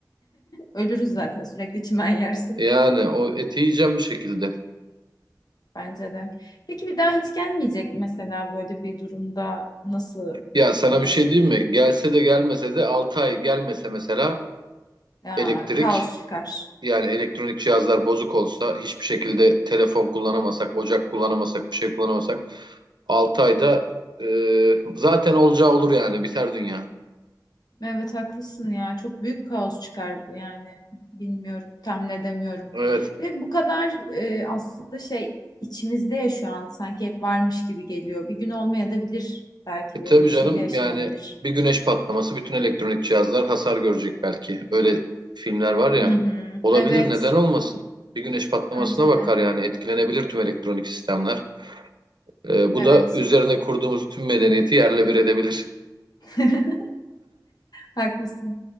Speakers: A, on the left (about 60°); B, on the right (about 80°).
A: Ölürüz zaten sürekli çimen <laughs> yersek.
B: Yani o eti yiyeceğim bir şekilde.
A: Bence de. Peki bir daha hiç gelmeyecek mesela böyle bir durumda nasıl
B: Ya sana
A: olur?
B: bir şey diyeyim mi? Gelse de gelmese de 6 ay gelmese mesela
A: Ya
B: elektrik
A: kaos çıkar.
B: yani elektronik cihazlar bozuk olsa hiçbir şekilde telefon kullanamasak, ocak kullanamasak, bir şey kullanamasak 6 ayda e, zaten olacağı olur yani biter dünya.
A: Evet haklısın ya. Çok büyük kaos çıkar yani. Bilmiyorum, tahmin edemiyorum.
B: Evet.
A: Ve bu kadar e, aslında şey içimizde ya şu an sanki hep varmış gibi geliyor. Bir gün olmaya da bilir belki
B: E
A: böyle
B: tabii
A: bir
B: canım
A: şey de yaşanabilir.
B: yani bir güneş patlaması bütün elektronik cihazlar hasar görecek belki. Öyle filmler var ya.
A: Hı hı.
B: Olabilir
A: Evet,
B: neden olmasın? Bir güneş patlamasına
A: bence
B: bakar
A: de.
B: yani etkilenebilir tüm elektronik sistemler. E, bu
A: Evet.
B: da üzerine kurduğumuz tüm medeniyeti yerle bir edebilir.
A: <laughs> Haklısın.